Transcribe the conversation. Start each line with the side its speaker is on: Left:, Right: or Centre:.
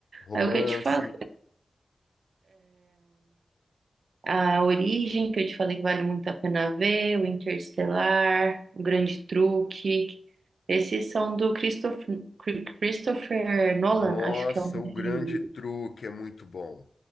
Left: Romance.
Right: Aí o que eu te falei, a Origem, que eu te falei que vale muito a pena ver, o Interestelar, o Grande Truque. Esses são do Christopher, Christopher Nolan,
Left: Nossa,
Right: acho que é o nome
Left: o grande
Right: dele.
Left: truque é muito bom.